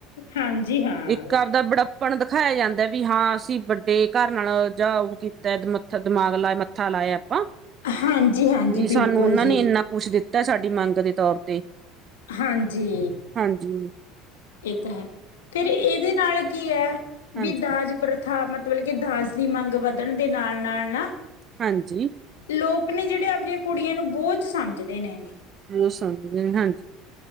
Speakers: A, on the left (about 75°); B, on the right (about 40°).
A: ਹਾਂਜੀ ਹਾਂ
B: ਇੱਕ ਆਪਦਾ ਬੜੱਪਣ ਦਿਖਾਇਆ ਜਾਂਦਾ ਵੀ ਹਾਂ ਅਸੀਂ ਵ ਤੇ ਘਰ ਨਾਲ ਜਾ ਉਹ ਕੀਤਾ ਮੱਥਾ ਦਿਮਾਗ ਲਾ ਮੱਥਾ ਲਾਇਆ ਆਪਾਂ
A: ਹਾਂਜੀ ਹਾਂਜੀ
B: ਵੀ
A: ਬਿਲਕੁਲ
B: ਸਾਨੂੰ ਉਹਨਾਂ
A: ਜੀ
B: ਨੇ ਇੰਨਾ ਕੁਛ ਦਿੱਤਾ, ਸਾਡੀ ਮੰਗ ਦੇ ਤੌਰ ਤੇ।
A: ਹਾਂਜੀ।
B: ਹਾਂਜੀ
A: ਇਹ ਤਾਂ ਹੈ। ਫਿਰ ਇਹਦੇ ਨਾਲ ਕੀ ਐ,
B: ਹਾਂਜੀ
A: ਵੀ ਦਾਜ ਪ੍ਰਥਾ ਮਤ ਤਲਬ ਕਿ ਦਾਜ ਦੀ ਮੰਗ ਵੱਧਣ ਦੇ ਨਾਲ ਨਾਲ ਨਾ
B: ਹਾਂਜੀ।
A: ਲੋਕ ਨੇ ਜਿਹੜੇ ਆਪਦੀਆਂ ਕੁੜੀਆਂ ਨੂੰ ਬੋਝ ਸਮਝਦੇ ਨੇਂਗੇ।
B: ਉਹ ਸਮਝਦੇ ਹਾਂਜੀ।